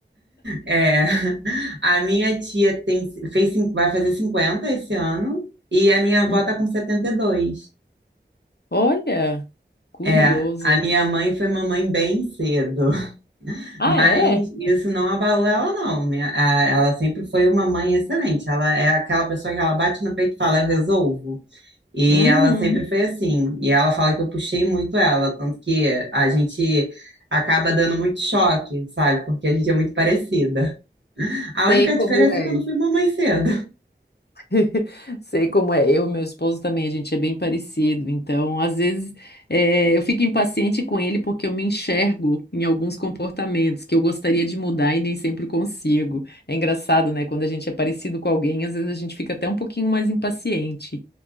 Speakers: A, on the right (about 75°); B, on the left (about 60°).
A: é, <laughs> a minha tia tem fez cin- vai fazer 50 esse ano e a minha avó
B: Hum,
A: tá com 72.
B: Olha, curioso.
A: É, a minha mãe foi mamãe bem cedo.
B: Ah,
A: Mas
B: é?
A: isso não abalou ela, não. Minha- a- Ela sempre foi uma mãe excelente. Ela é aquela pessoa que ela bate no peito e fala, eu resolvo. E
B: Uhum.
A: ela sempre foi assim. E ela fala que eu puxei muito ela, tanto que a gente acaba dando muito choque, sabe? Porque a gente é muito parecida. A
B: Sei
A: única
B: como
A: diferença
B: é.
A: é que eu não fui mamãe cedo.
B: <laughs> Sei como é. Eu e meu esposo também, a gente é bem parecido. Então, às vezes, eh, eu fico impaciente com ele porque eu me enxergo em alguns comportamentos que eu gostaria de mudar e nem sempre consigo. É engraçado, né? Quando a gente é parecido com alguém, às vezes a gente fica até um pouquinho mais impaciente.